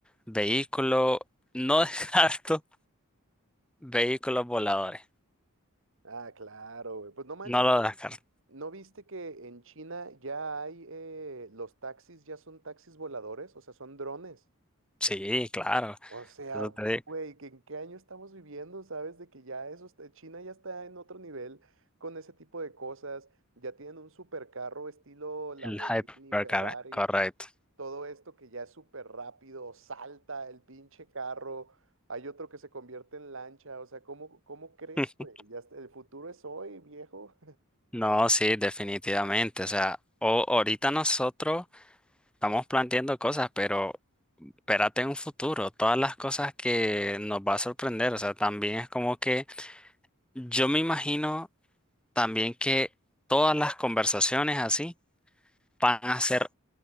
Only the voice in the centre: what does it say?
vehículo, no <laughs> descarto vehículos voladores,
no lo descarto.
Sí, claro,
eso te digo,
el hypercar,
correcto.
<laughs>
No, sí, definitivamente, o sea, o- ahorita nosotros estamos planteando cosas, pero espérate en un futuro, todas las cosas que nos va a sorprender, o sea, también es como que yo me imagino también que todas las conversaciones así van a ser